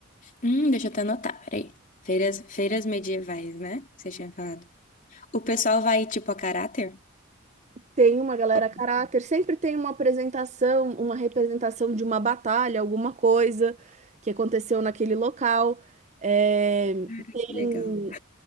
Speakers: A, on the left (about 40°); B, on the right (about 35°).
A: Hum, deixa eu até anotar, peraí. Feiras, feiras medievais, né? Você tinha falado. O pessoal vai, tipo, a caráter?
B: Tem uma galera
A: Oh,
B: a caráter, sempre tem uma apresentação, uma representação de uma batalha, alguma coisa que aconteceu naquele local. É,
A: que
B: tem,
A: legal.